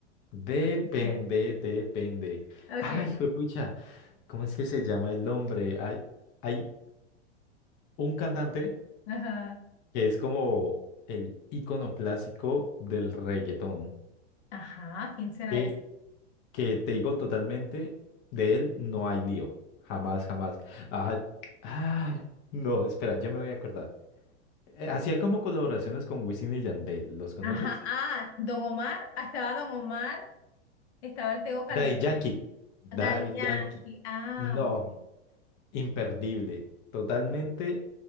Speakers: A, on the left (about 35°); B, on the left (about 70°).
A: Depende,
B: Okay.
A: depende.
B: ok,
A: Ay, juepucha, ¿cómo es que se llama el hombre? Hay, hay un cantante
B: Ajá.
A: que es como el ícono clásico del reggaetón.
B: Ajá, ¿quién será
A: Que,
B: ese?
A: que te digo totalmente, de él no hay lío. Jamás, jamás. Ay, ay, no, espera, yo me voy a acordar. Eh, hacía como colaboraciones con Wisin y Yandel, ¿los conoces?
B: Ajá, ah, Don Omar, ah, estaba Don Omar, estaba el Tego Calderón,
A: Daddy Yankee. Daddy
B: Daddy Yankee,
A: Yankee.
B: ah,
A: No,
B: ok.
A: imperdible. Totalmente